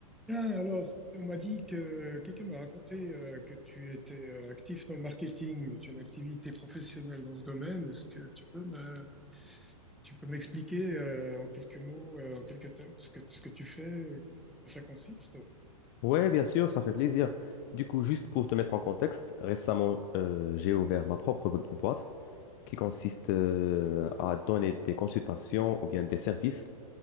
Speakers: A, in the centre; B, on the left.
A: Bien, alors, on m'a dit que quelqu'un m'a raconté euh, que tu étais euh, actif dans le marketing, que tu as une activité professionnelle dans ce domaine. Est-ce que tu peux me, tu peux m'expliquer euh, en quelques mots, euh, en quelques termes, ce que, ce que tu fais, euh, en quoi ça consiste?
B: Ouais, bien sûr, ça fait plaisir. Du coup, juste pour te mettre en contexte, récemment, euh, j'ai ouvert ma propre bo- boîte qui consiste euh, à donner des consultations ou bien des services